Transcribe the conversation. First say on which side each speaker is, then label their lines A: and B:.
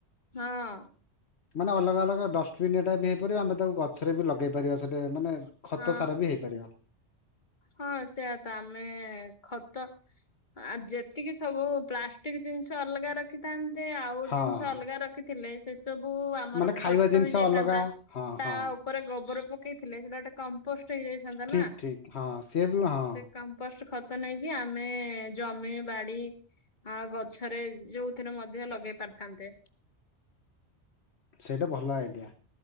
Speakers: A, on the left; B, on the left.
A: ହଁ।
B: ମାନେ ଅଲଗା ଅଲଗା ଡଷ୍ଟବିନ୍ ଏଟା ବି ହେଇପାରିବ ଆମେ ତାକୁ ଗଛରେ ବି ଲଗେଇ ପାରିବା ସେଇଟା ମାନେ ଖତ
A: ହଁ।
B: ସାର ବି ହେଇପାରିବ।
A: ହଁ ସେଇଆ ତ ଆମେ ଖତ। ଆ ଯେତିକି ସବୁ ପ୍ଲାଷ୍ଟିକ୍ ଜିନିଷ ଅଲଗା ରଖିଥାନ୍ତେ ଆଉ
B: ହଁ
A: ଜିନିଷ ଅଲଗା ରଖ ରଖି ଥିଲେ ସେ ସବୁ ଆମର
B: ମାନେ ଖାଇବା
A: ଖତ
B: ଜିନିଷ
A: ହେଇଯାଇଥାନ୍ତା
B: ଅଲଗା ହଁ
A: ତା
B: ହଁ
A: ଉପ ଉପରେ ଗୋବର ପକେଇଥିଲେ ସେଟା ଗୋଟେ କମ୍ପୋଷ୍ଟ ହେଇଯାଇଥାନ୍ତା
B: ଠିକ୍
A: ନା।
B: ଠିକ୍ ହଁ ସିଏ ବି ହଁ
A: ସେ କମ୍ପୋଷ୍ଟ ଖତ ନେଇକି ଆମେ ଜମି ବାଡି ଆ ଗଛରେ ଯୋଉଥିରେ ମଧ୍ୟ ଲଗେଇ ପାରିଥାନ୍ତେ।
B: ସେଇଟା ଭଲ ଆଇଡ଼ିଆ।